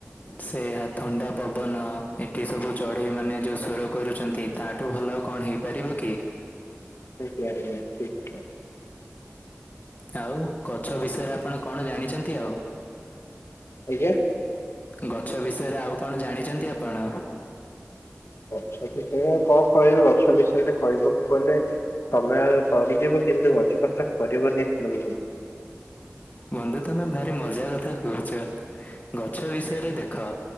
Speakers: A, on the left (about 35°); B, on the left (about 60°).
A: ସେ ଏହା ଥଣ୍ଡା ପବନ ଏଠି ସବୁ ଚଢେଇ ମାନେ ଯୋଉ ସ୍ୱର କରୁଛନ୍ତି। ତାଠୁ ଭଲ ଆଉ କଣ ହେଇପାରିବ କି।
B: ଆଜ୍ଞା ଆଜ୍ଞା ଠିକ୍ କଥା।
A: ଆଉ ଗଛ ବିଷୟରେ ଆପଣ କଣ ଜାଣିଛନ୍ତି ଆଉ?
B: ଆଜ୍ଞା।
A: ଗଛ ବିଷୟରେ ଆଉ କଣ ଜାଣିଛନ୍ତି ଆପଣ?
B: ଗଛ ବିଷୟରେ କଣ କହିବି ଗଛ ବିଷୟରେ କହିବାକୁ ଗଲେ ସମୟ ସରିଯିବ କିନ୍ତୁ ଗଛ କଥା ସରିବନି ବନ୍ଧୁ।
A: ବନ୍ଧୁ ତମେ ଭାରି ମଜା କଥା କହୁଛ। ଗଛ ବିଷୟରେ ଦେଖ